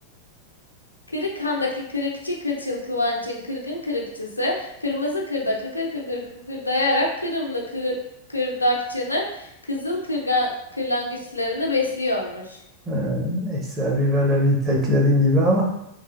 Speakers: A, on the left; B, on the right.
A: Kırıkhan'daki kırıkçı kırçıl Kıvanç'ın kırgın kırıkçısı, kırmızı kırda kıkır kıkır kıkırdayarak Kırımlı kır, kırdakçının kızıl kırgan, kırlangıçlarını besliyormuş.
B: Ee, neyse bir böyle bir tekledin gibi ama